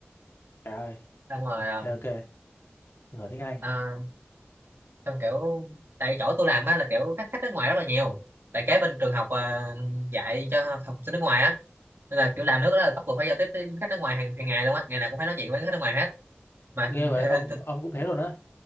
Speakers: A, on the left; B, on the right.
A: trời ơi
B: xong rồi um,
A: ok ok giỏi tiếng Anh
B: à, xong kiểu tại chỗ tôi làm á là kiểu khách khách nước ngoài rất là nhiều tại kế bên trường học ờ, dạy cho học sinh nước ngoài á nên là kiểu làm nước đó là bắt buộc phải giao tiếp với khách nước ngoài hàng hàng ngày luôn á ngày nào cũng phải nói chuyện với khách nước ngoài hết mà
A: ghê vậy
B: th
A: ông
B: th
A: ông cũng thế luôn á